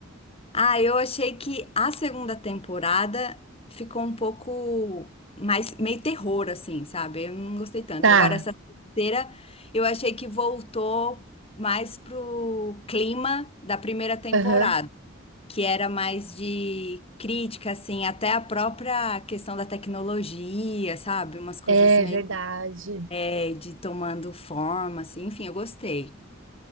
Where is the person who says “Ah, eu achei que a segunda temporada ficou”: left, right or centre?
Left